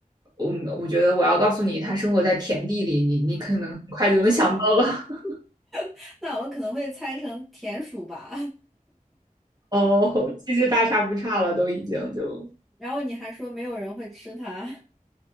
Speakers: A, on the right (about 30°); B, in the centre.
A: 我我觉得我要告诉你，它生活在田地里，你你可能很快就能想到了。<laughs>
B: <laughs> 那我可能会猜成田鼠吧，
A: 哦，其实大差不差了，都已经就，
B: <laughs> 然后你还说没有人会吃它，